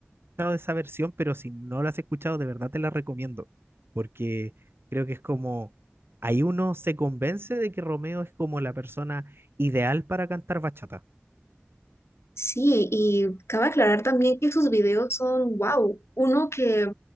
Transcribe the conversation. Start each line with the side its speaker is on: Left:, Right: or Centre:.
Right: esa versión, pero si no la has escuchado, de verdad te la recomiendo, porque creo que es como ahí uno se convence de que Romeo es como la persona ideal para cantar bachata.
Left: Sí, y cabe aclarar también que sus videos son, wow, uno que